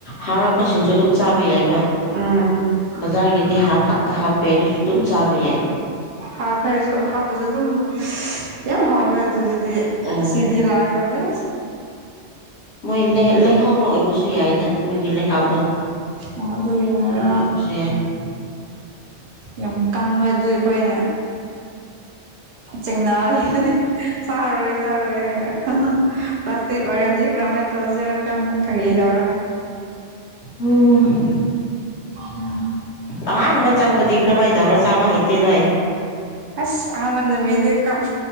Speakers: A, on the left; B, on the right.
A: ꯍꯥꯔ ꯍꯥꯞꯄꯁꯤꯡꯁꯨ ꯑꯗꯨꯝ ꯆꯥꯕ ꯌꯥꯏꯕ
B: ꯎꯝ
A: ꯕꯖꯥꯔꯒꯤꯗꯤ ꯍꯥꯔ ꯈꯛꯇ ꯍꯥꯞꯄꯦ ꯑꯗꯨꯁꯨ ꯑꯗꯨꯝ ꯆꯥꯕ ꯌꯥꯏ
B: ꯍꯥꯔ ꯈꯔꯁꯨ ꯑꯍꯥꯞꯄꯁꯨ ꯑꯗꯨꯝ ꯌꯥ ꯍꯕ ꯑꯗꯨꯗꯗꯤ
A: ꯑꯥ
B: ꯁꯤꯤꯗꯤ ꯂꯒꯂꯦ
A: ꯃꯣꯏ ꯂꯩꯍꯥꯎꯅ ꯑꯣꯏꯕꯁꯨ ꯌꯥꯏꯗ ꯃꯣꯏꯒꯤ ꯂꯩꯍꯥꯎꯗꯣ
B: ꯑꯣꯗ ꯑꯣꯏꯅꯔꯣ
A: ꯌꯥꯎꯕꯁꯨ ꯌꯥꯏ
B: ꯌꯥꯝ ꯀꯟꯕ ꯑꯗꯨ ꯑꯩꯈꯣꯏꯅ ꯆꯤꯡꯅꯔꯅꯤ ꯆꯥꯔꯣꯏ ꯆꯥꯔꯣꯏ ꯍꯥꯏꯔ ꯄ꯭ꯂꯥꯁꯇꯤꯛ ꯑꯣꯏꯔꯝꯁꯤꯈ꯭ꯔꯃꯦ ꯇꯧꯁꯤꯔ ꯀ ꯐꯩ ꯇꯧꯔꯒ
A: ꯎꯝ
B: ꯎꯝ
A: ꯑꯍꯥꯟꯕ ꯆꯪꯕꯨꯗꯤ ꯀꯃꯥꯏꯅꯗꯧꯕꯔ ꯆꯥꯕ ꯍꯥꯏꯩꯇꯦꯅꯣꯣꯏ
B: ꯑꯁꯅꯤ ꯃꯗꯤ ꯀ